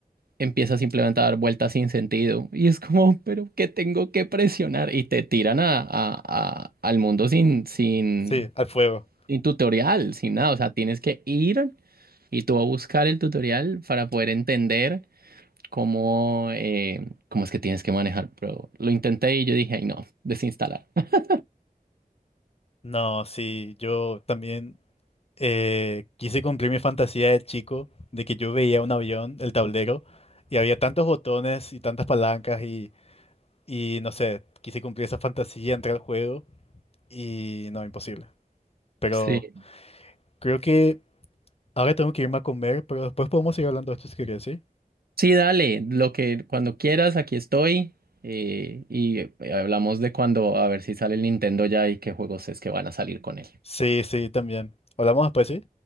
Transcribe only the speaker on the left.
Sí, al fuego.
No, sí, yo también eh, quise cumplir mi fantasía de chico, de que yo veía un avión, el tablero, y había tantos botones y tantas palancas y Y no sé, quise cumplir esa fantasía, entrar al juego y no, imposible. Pero
creo que ahora tengo que irme a comer, pero después podemos seguir hablando de esto si querés, ¿sí?
Sí, sí, también. Hablamos después, ¿sí?